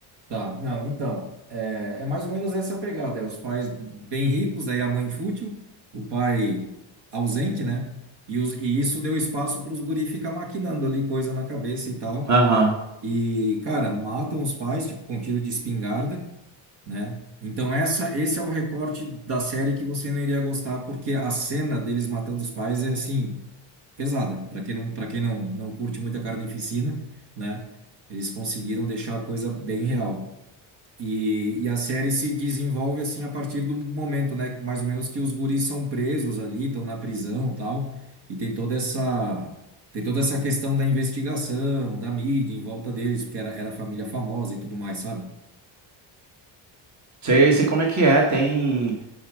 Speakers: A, on the right; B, on the right.
A: Tá, não, então, é, é mais ou menos essa pegada, é os pais bem ricos, aí a mãe fútil, o pai ausente, né? E, os, e isso deu espaço para os guri ficar maquinando ali coisa na cabeça e tal.
B: Aham.
A: E, cara, matam os pais, tipo, com tiro de espingarda, né? Então essa, esse é o recorte da série que você não iria gostar, porque a cena deles matando os pais é assim pesada. Para quem não, para quem não, não curte muita carnificina, né? Eles conseguiram deixar a coisa bem real. E, e a série se desenvolve assim a partir do momento, né? Mais ou menos que os guris são presos ali, estão na prisão, tal, e tem toda essa tem toda essa questão da investigação, da mídia em volta deles, porque era, era família famosa e tudo mais, sabe?
B: Sei, sei como é que é, tem.